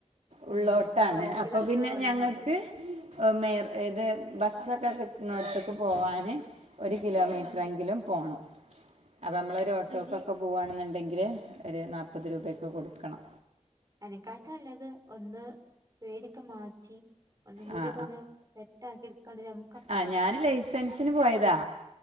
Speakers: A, on the right; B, on the right.
A: ഉള്ളോട്ടാണ്
B: ഉം റോഡ്
A: അപ്പപ്പിന്നെ
B: കച്ചറ പറിയും
A: ഞങ്ങക്ക്
B: മാണ്ടോ
A: മേർ ഇത് ബസ്സൊക്കെ കിട്ട്‌ണോട്ത്ക്ക് പോവാന് ഒരു കിലോമീറ്ററെങ്കിലും പോണം അപമ്മളൊരു
B: ഉം
A: ഓട്ടോക്കൊക്കെ പോവാണെന്നുണ്ടെങ്കില് ഒരു നാപ്പത് രൂപൊക്കെ കൊടുക്കണം
B: അനിക്കാക്കല്ലത് ഒന്ന് പേടിക്കെ മാറ്റി ഒന്നും കൂടിക്കാെന്ന്
A: ആ
B: ട്ടാക്കി എടുക്കണ്ടിരും
A: ആഹ് ഞാന് ലൈസൻസിന് പോയതാ